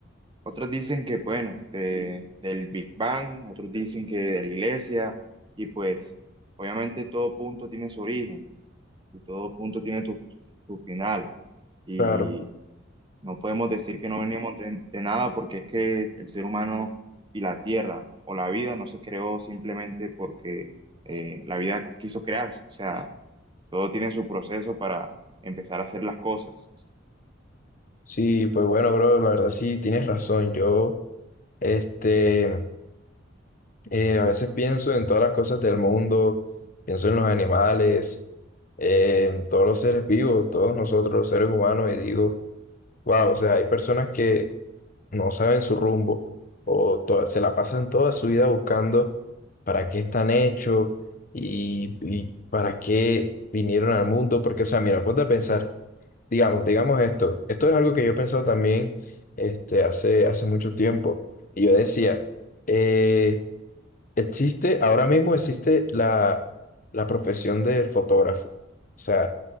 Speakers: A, on the right; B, on the left.
A: otros dicen que, bueno, de- del Big Bang, otros dicen que de la iglesia, y pues obviamente todo punto tiene su origen, y todo punto tiene tu- su final, y
B: Claro.
A: no podemos decir que no venimos de, de nada porque es que el ser humano y la tierra o la vida no se creó simplemente porque eh, la vida quiso crearse, o sea, todo tiene su proceso para empezar a hacer las cosas.
B: Sí, pues bueno, bro, la verdad sí tienes razón. Yo, este... Eh, a veces pienso en todas las cosas del mundo, pienso en los animales, eh, en todos los seres vivos, todos nosotros los seres humanos, y digo, wow, o sea, hay personas que no saben su rumbo o to- se la pasan toda su vida buscando para qué están hechos y, y para qué vinieron al mundo, porque, o sea, mira, ponte a pensar, digamos, digamos esto, esto es algo que yo he pensado también este, hace, hace mucho tiempo, y yo decía, eh, Existe, ahora mismo existe la, la profesión del fotógrafo. O sea,